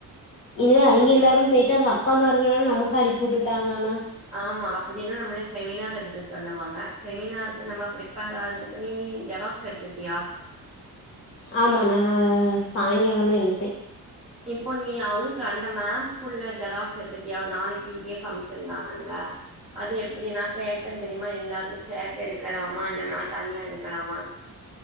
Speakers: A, on the left; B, on the right.
A: இதுலே அங்க
B: இவ
A: எல்லாரு போய்ட்டு அந்த அக்காமார்கள்லா நமக்கு அனுப்பி உட்டுட்டாங்கனா
B: ஆமா அப்பிடின்ன நம்மளே செமினார் எடுக்க சொல்லுவாங்க செமினாருக்கு நம்ம பிரப்பர் அரதுக்கனி நீ ஏதாவது நோட்ஸெடுத்துட்டியா
A: ஆமா நா சாய்ங்கால தா எடுத்தே
B: இப்போ நீ அவுங்க னுப் இந்த மேம்குள்ள ஜெராக்ஸ் எடுத்துட்டியா ஒரு நாலு பீடிஎஃப் அனுப்சுருந்தாங்கல அது எப்பிடினா கேட்டே தெரியுமா எல்லாருக்கு சேர் எடுக்கலாமா இல்ல நா தனியா எடுக்கலாமா